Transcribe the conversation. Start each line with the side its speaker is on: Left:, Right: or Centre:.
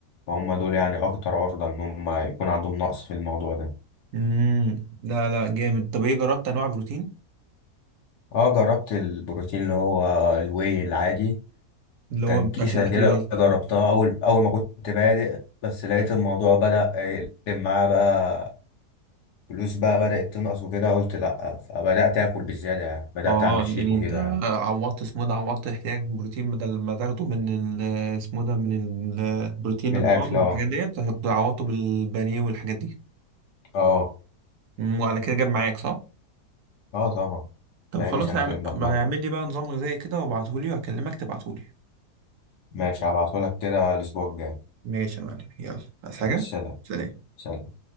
Left: فهم دول يعني اكتر عرضه ان هم يكون عندهم نقص في الموضوع ده
Right: امم لا لا جامد طب إيه جربت أنواع بروتين
Left: اه جربت البروتين اللي هو الواي العادي
Right: اللي هو
Left: كان
Right: بتاع
Left: كيسة
Right: شركة
Left: كده
Right: إيه قصدي؟
Left: جربتها أول أول ما كنت بادئ بس لقيت الموضوع بدأ يقلب معاه بقى فلوس بقى بدأت تنقص وكده قلت لأ فبدأت آكل بالزيادة يعني بدأت
Right: اه
Left: أعمل شيك
Right: يعني
Left: وكده
Right: انت
Left: يعني
Right: عوضت اسمه إيه ده عوضت احتياج بروتين بدل ما تاخده من ال- اسمه إيه ده من ال- البروتين
Left: من
Right: البار
Left: الأكل
Right: والحاجات
Left: أه
Right: ديت هت- عوضته بالبانيه والحاجات دي
Left: أه
Right: أمم، وعلى كده جاب معاك صح؟
Left: أه طبعا
Right: طب
Left: بقالي
Right: خلاص
Left: سنتين
Right: اعم-
Left: بتمرن
Right: اعمل لي بقى نظام غذائي كده وابعتهولي وهكلمك تبعتهولي
Left: ماشي هبعتهولك كده الأسبوع الجاي
Right: ماشي يا معلم يلا عايز حاجة
Left: سلام
Right: سلام
Left: سلام